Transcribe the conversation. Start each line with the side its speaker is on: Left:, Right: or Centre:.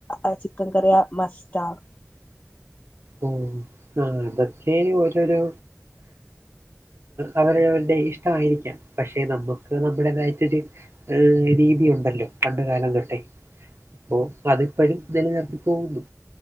Left: ആഹ് ചിക്കൻ കറിയ മസ്റ്റ് ആണ്
Right: ഉം അതൊക്കെ ഓരോരോ അവരവരുടെ ഇഷ്ടമായിരിക്കാം പക്ഷെ നമുക്ക് നമ്മുടേതായിട്ടൊരു ഒരു രീതിയുണ്ടല്ലോ പണ്ട് കാലം തൊട്ടേ അപ്പം അതിപ്പഴും നില നിർത്തി പോകുന്നു